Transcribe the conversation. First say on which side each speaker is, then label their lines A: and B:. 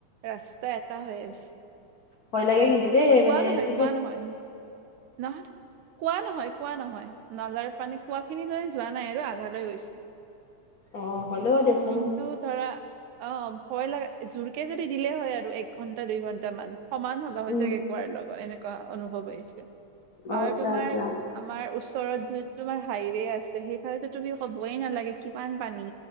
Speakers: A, on the right; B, on the left.
A: ৰাস্তা এটা হৈ আছে
B: ভয় লাগে কিন্তু দেই মানে
A: কোৱা নহয়
B: এইটোতো
A: কোৱা নহয় নহয় কোৱা নহয় কোৱা নহয় নলাৰ পানী কোৱা খিনি লৈ যোৱা নাই আৰু আধা লৈ গৈছে
B: অ' হ'লেও দিয়াচোন
A: কিন্তু ধৰা অ ভয় লগা জোৰকে যদি দিলে হয় আৰু এক ঘন্টা দুই ঘন্টা মান সমান হ'ল হৈ
B: উম
A: চাগে কোৱাৰ লগত এনেকুৱা অনুভৱ আহিছে
B: অ'
A: আৰু
B: আচ্ছা
A: তোমাৰ
B: আচ্ছা।
A: আমাৰ ওচৰত যোনটো তোমাৰ হাইৱে আছে সেইফালেটো তুমি ক'বই নালাগে কিমান পানী